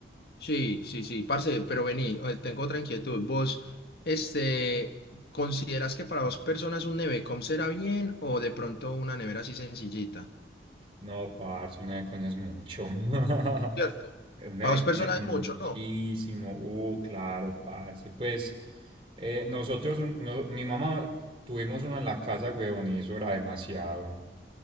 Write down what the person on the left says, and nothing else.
Sí, sí, sí, parce, pero vení, eh, tengo otra inquietud. ¿Vos, este, considerás que para dos personas un nevecom será bien o de pronto una nevera así sencillita?
Cierto.
Para
dos personas
es mucho, ¿no?